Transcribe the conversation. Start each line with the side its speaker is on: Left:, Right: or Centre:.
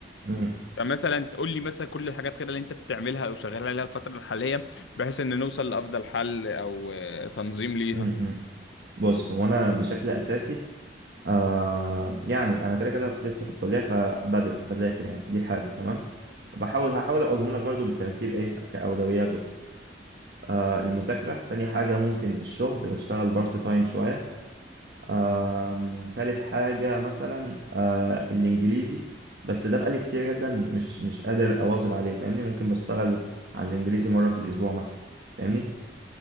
Right: أمم،
Left: فمثلا تقول لي مثلا كل الحاجات كده اللي انت بتعملها او شغال عليها الفتره الحاليه بحيث ان نوصل لافضل حل او آه، تنظيم ليها
Right: أمم، أمم. بص هو انا بشكل اساسي آه يعني انا كده كده في- لسه في الكليه فبدرس بذاكر يعني دي حاجه تمام بحاول هحاول اقولهم لك برضو بالترتيب ايه كاولويات وكده آه المذاكره تاني حاجه ممكن الشغل بشتغل بارت تايم شويه آه تالت حاجه مثلا آه الانجليزي بس ده بقالي كتير جدا مش مش قادر اواظب عليه فاهمني ممكن بشتغل على الانجليزي مره في الاسبوع مثلا فاهمني